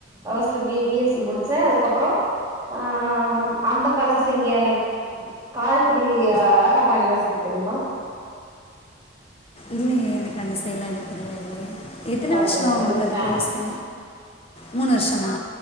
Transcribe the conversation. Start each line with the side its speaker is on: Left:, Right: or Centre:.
Right: அ first B B S C முடிச்ச அதுக்கப்பறோ அ அ அ ம் அந்த காலேஜ்ல இங்க காரைக்குடி இ அ அழகப்பா யூனிவசிட்டி தெரியுமா
Left: இல்லயே எனக்கு அந்த சைடுல்லா எனக்கு தெரியாதே எத்தன வருஷோ
Right: ஓகே மேம்
Left: உங்களுக்கு
Right: இது
Left: அது
Right: ஃபே
Left: கோர்ஸு மூணு வருஷமா